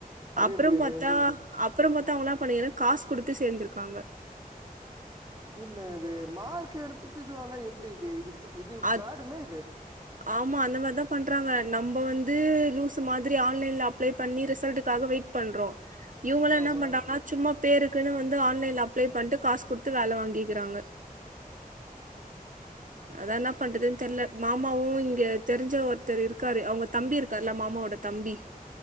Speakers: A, on the right; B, on the right.
A: அது
B: அப்பறோ
A: எப்டி அது?
B: பாத்தா அப்பறோ பாத்தா அவுங்கல்லா எனா பண்ணீ ஏனா காசு குடுத்து சேந்திருக்காங்க.
A: இதின்னாது மார்க்கு எடுத்துட்டு இது ஆனா எப்டி இது இது இது
B: அது
A: பிராடுல்ல இது
B: ஆமா அந்த மாரிதா பண்றாங்க நம்ம வந்து லூசு மாதிரி ஆன்லைன்ல அப்ளே பண்ணி ரிசல்டுக்காக வெயிட் பண்றோ இவுங்கல்லா
A: ஆமா.
B: என்னா பண்றாங்கனா சும்மா பேருக்குனு வந்து ஆன்லைன்ல அப்ளே பண்ட்டு காசு குடுத்து வேல வாங்கிக்கிறாங்க.
A: ம்
B: அதா என்னா பண்றதுன் தெர்ல மாமாவு இங்க தெருஞ்ச ஒருத்தர் இருக்காரு அவுங்க தம்பி இருக்காருல்ல மாமாவோட தம்பி